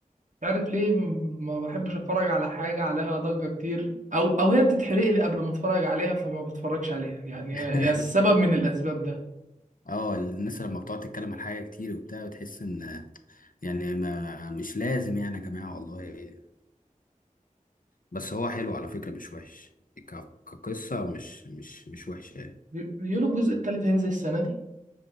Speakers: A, on the right (about 65°); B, on the left (about 75°).
A: تعرف ليه م- ما بحبش أتفرج على حاجة عليها ضجة كتير أو أو هي بتتحرق لي قبل ما أتفرج عليها فما بتفرجش عليها يعني
B: <laughs>
A: هي هي السبب من الأسباب ده
B: اه الناس لما بتقعد تتكلم عن حاجة كتير وبتاع بتحس ان آه، يعني ما مش لازم يعني يا جماعة والله بس هو حلو على فكرة مش وحش ك- كقصة مش مش مش وحشة يعني
A: بي- بيقولوا الجزء التالت هينزل السنة دي